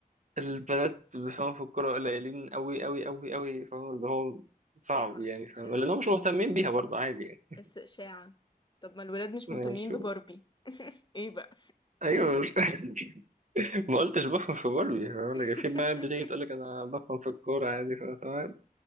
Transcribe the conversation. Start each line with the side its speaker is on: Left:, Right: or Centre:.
Right: البنات اللي فاهم في الكورة قليلين أوي أوي أوي أوي فاهم اللي هو
Left: إشاعة
Right: صعب يعني فاهم
Left: إشاعة
Right: لأنهم مش مهتمين بيها برضه عادي يعني
Left: it's إشاعة طب ما الولاد مش
Right: ماشي
Left: مهتمين بباربي ايه بقى
Right: أيوة مش <laughs> ما قلتش بفهم في باربي فاهم
Left: <laughs>
Right: لكن في بنات بتيجي تقول لك أنا بفهم في الكورة عادي فاهم تمام